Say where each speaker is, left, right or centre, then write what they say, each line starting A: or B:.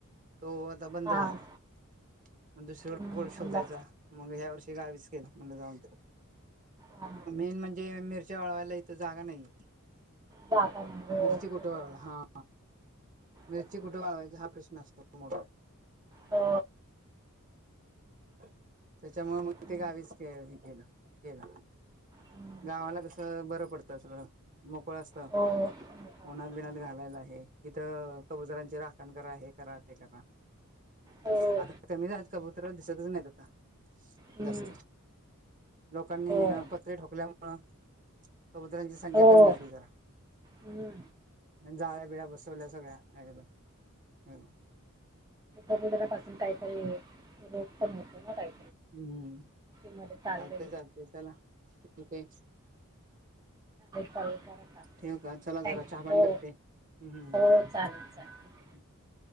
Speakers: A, on the right (about 35°); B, on the right (about 15°).
A: तो आता बंद
B: हां
A: झालाय दुसरीकडे
B: हं,
A: कुठे शोधायचा
B: ला-
A: मंग ह्या वर्षी मी गावीच गेलो म्हटलं जाऊनदे
B: हा
A: मेन म्हणजे मिर्च्या वाळवायला इथं जागा नाहीं
B: जागा नाही हो
A: मिर्ची
B: तोपर्यंत.
A: कुट वाळवण हा मिेरची
B: तेच
A: कुठे
B: ना.
A: वाळवायची हा प्रश्नच असतों
B: हो
A: त्यांच्यामुळे मंग
B: हं,
A: ते गावीच के हे केलं
B: हं.
A: गावाला कसं बरं पडतं सगळ मोकळ असतं
B: हो. मोठा असतो.
A: उन्हात बिनात घालायला ही ईथ कबूतरांची राखणं करा हे करा ते करा
B: हो.
A: आता कमी झाल्यात कबुतर दिसतच नाहीं बघा
B: हं.
A: जास्तं लोकांनीं
B: होय.
A: पत्रें ठोकल्यामुंळ कबुतरांची संख्या
B: हो.
A: कमी झाली जरा
B: हं.
A: जाळ्या बिळ्या बस टोले सगळ्यांना मिळाले
B: अगोदरापासून कांहीतरी लोकं पणं होतों ना काही
A: हम्म
B: त्या चालेल
A: चालतय चालतय चला ओके
B: चालेल काम.
A: ठेव का चला चला
B: थँक्यू.
A: चहा पाणी
B: हो.
A: करते. हम्
B: हो चालेल
A: <inaudible>
B: चालेल.